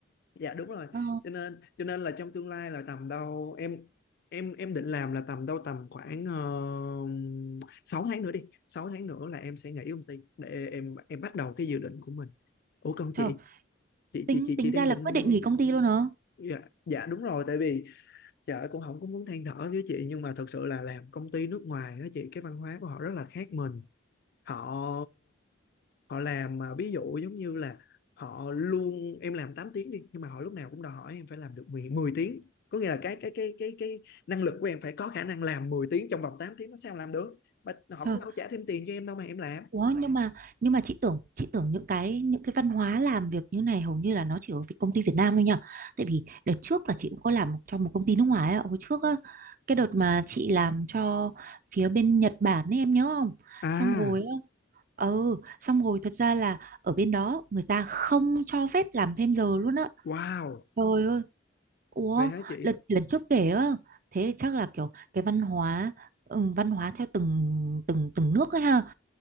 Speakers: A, on the left (about 50°); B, on the right (about 45°).
A: dạ đúng rồi
B: Ờ,
A: cho nên cho nên là trong tương lai là tầm đâu em em em định làm là tầm đâu tầm khoảng uh, 6 tháng nữa đi 6 tháng nữa là em sẽ nghỉ công ty để em em bắt đầu cái dự định của mình ủa còn
B: trời
A: chị chị
B: tính
A: chị chị
B: tính
A: chị đang
B: ra là
A: định
B: quyết định nghỉ công ty luôn hả?
A: dạ dạ đúng rồi tại vì chợ cũng không có muốn than thở với chị nhưng mà thật sự là làm công ty nước ngoài đó chị cái văn hóa của họ rất là khác mình họ họ làm mà ví dụ giống như là họ luôn em làm 8 tiếng đi nhưng mà họ lúc nào cũng đòi hỏi em phải làm được 10 10 tiếng có nghĩa là cái cái cái cái cái năng lực của em phải có khả năng làm 10 tiếng trong vòng tám tiếng nó sao làm được mà họ
B: Trời
A: cũng đâu trả thêm tiền cho em đâu mà em làm
B: Ủa nhưng mà nhưng mà chị tưởng chị tưởng những cái những cái văn hóa làm việc như này hầu như là nó chỉ ở Việt- công ty Việt Nam thôi nhỉ? Tại vì đợt trước là chị cũng có làm cho một công ty nước ngoài á, hồi trước á, cái đợt mà chị làm cho phía bên Nhật Bản ấy em nhớ không?
A: à
B: Xong rồi á, ừ, xong rồi thật ra là ở bên đó người ta không cho phép làm thêm giờ luôn á.
A: wow
B: Trời ơi. Ủa,
A: vậy hả chị
B: lần lần trước kể á, thế thì chắc là kiểu cái văn hóa ừ, văn hóa theo từng từng từng nước ấy ha